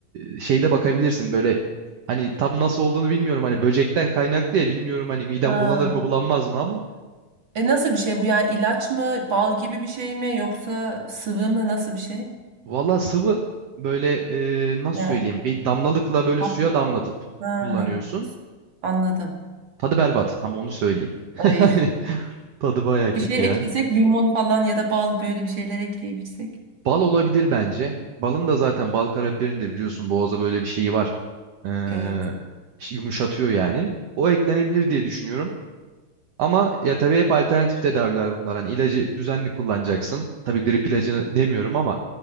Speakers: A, on the right; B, on the right.
A: e, şeyde bakabilirsin böyle hani tam nasıl olduğunu bilmiyorum. Hani böcekten kaynaklı ya bilmiyorum hani midem
B: Ha.
A: bulanır mı bulanmaz mı ama
B: E nasıl bir şey bu yani ilaç mı bal gibi bir şey mi yoksa sıvı mı nasıl bir şey?
A: valla sıvı böyle e, nasıl
B: Yani
A: söyleyeyim bir damlalıkla böyle
B: hap.
A: suya damlatıp
B: Ha.
A: kullanıyorsun.
B: Anladım.
A: Tadı berbat ama onu söyleyeyim. <laughs>
B: Ay.
A: Hani tadı
B: <laughs>
A: baya kötü
B: Bir şey
A: yani.
B: eklesek limon falan ya da bal böyle bir şeyler ekleyip içsek.
A: Bal olabilir bence. Balın da zaten bal karabiberin de biliyorsun boğaza böyle bir şeyi var. Ee,
B: Evet.
A: yumuşatıyor yani. O eklenebilir diye düşünüyorum. Ama ya tabii hep alternatif tedaviler bunlar. Hani ilacı düzenli kullanacaksın. Tabii grip ilacını demiyorum ama